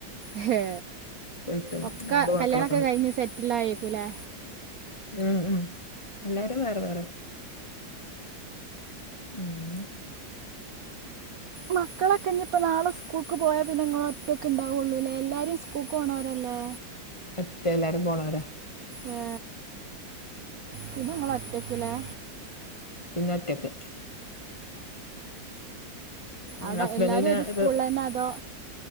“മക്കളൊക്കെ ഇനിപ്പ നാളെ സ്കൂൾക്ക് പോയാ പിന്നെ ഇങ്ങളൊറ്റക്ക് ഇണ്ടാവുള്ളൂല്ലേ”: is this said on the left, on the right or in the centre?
Right